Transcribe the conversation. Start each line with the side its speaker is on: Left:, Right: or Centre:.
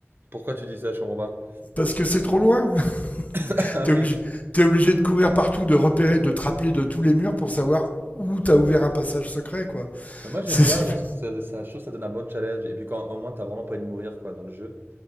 Right: Pourquoi tu dis ça? Je comprends pas.
Left: parce que c'est trop loin. <laughs>
Right: <laughs> Ah
Left: T'es
Right: oui.
Left: obligé t'es obligé de courir partout, de repérer, de te rappeler de tous les murs pour savoir où t'as ouvert un passage secret, quoi. <laughs>
Right: Mais moi j'aime
Left: C'est
Right: bien,
Left: super-
Right: genre, ça, ça, je trouve que ça donne un bon challenge. Et puis quand au moins t'as vraiment pas envie de mourir quoi dans le jeu.